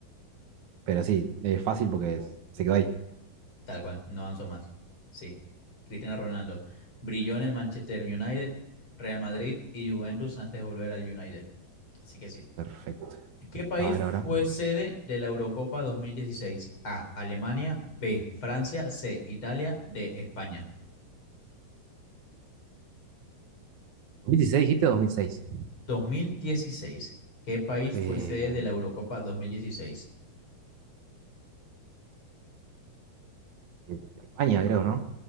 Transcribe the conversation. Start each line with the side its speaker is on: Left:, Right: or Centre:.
Right: pero sí, es fácil porque se quedó ahí.
Left: Tal cual, no avanzó más. Sí, Cristiano Ronaldo. Brilló en el Manchester United, Real Madrid y Juventus antes de volver al United. Así que sí.
Right: Perfecto.
Left: ¿Qué país
Right: A ver,
Left: fue
Right: ahora.
Left: sede de la Eurocopa 2016? A. Alemania. B. Francia. C. Italia. D. España.
Right: ¿2016 dijiste o 2006?
Left: 2016. ¿Qué país
Right: Eh,
Left: fue sede de la Eurocopa 2016?
Right: eh, España, creo, ¿no?